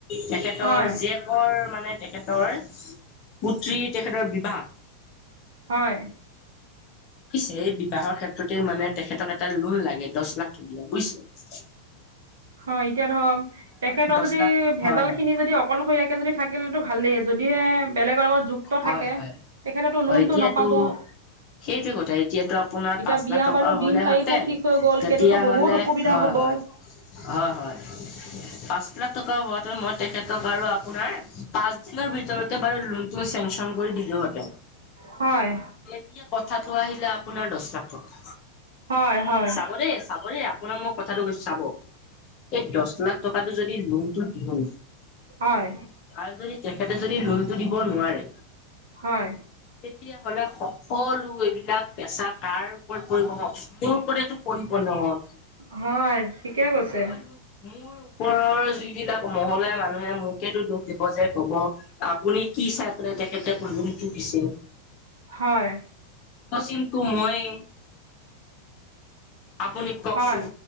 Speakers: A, on the left; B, on the right.
A: তেখেতৰ
B: হয়,
A: জীয়েকৰ মানে তেখেতৰ পুত্ৰী তেখেতৰ বিবাহ।
B: হয়।
A: বুইছে এই বিবাহৰ ক্ষেত্ৰতে মানে তেখেতক এটা লোন লাগে দহ লাখ টকীয়া বুইছে।
B: হয় এতিয়া ধৰক তেখেতৰ
A: দহ
B: যদি
A: লাখ
B: ভেজাল
A: হয় হয়
B: খিনি যদি- অকলশৰীয়াকে যদি থাকিলেতো ভালেই যদিহে বেলেগৰ লগত- ত থাকে
A: হয় হয়
B: তেখেতেটো লোনটো
A: হয় এতিয়াতো
B: নাপাব। এতিয়া
A: সেইটোৱে কথা এতিয়াতো আপোনাৰ পাঁচ
B: বিয়া
A: লাখ টকা
B: বাৰু
A: হ'লেহেঁতেন
B: দিন তাৰিখো ঠিক হৈ গ'ল
A: তেতিয়া
B: সেইটোতো বহুত
A: হ'লে
B: অসু
A: হেঁতেন
B: সুবিধা
A: তেতিয়াহ'লে হয়
B: হব।
A: হয় হয় পাঁচ লাখ টকা হোৱাতোৱে মই তেখেতক আৰু আপোনাৰ পাঁচ দিনৰ ভিতৰতে বাৰু লোনটো চেংচন কৰি দিলো হেতেন।
B: হয়
A: এতিয়া কথাটো আহিলে আপোনাৰ দছ লাখ টকা
B: হয় হয়
A: চাব দেই চাব দেই আপ আপোনাক মই কথাটো কৈছো চাব এই দছ লাখ টকাটো যদি লোনটো দিওঁ
B: হয়
A: আৰু যদি তেখেতে যদি লোনটো দিব নোৱাৰে
B: হয়
A: তেতিয়াহলে সকলো এইবিলাক পেচাৰ কাৰ ওপৰত পৰিব কওক চোন মোৰ ওপৰতেতো পৰিপূৰ্ণ হয়।
B: হয় ঠিকে কৈছে।
A: লোন মোৰ ওপৰৰ যিবিলাক মহলাই মানুহে মোকেতো দুখ দিব যে কব- আপুনি কি চাই পেলাই তেখেতে লোনটো দিছে।
B: হয়।
A: ফচিমটো মইয়ে আপুনি- কওকচোন
B: হয়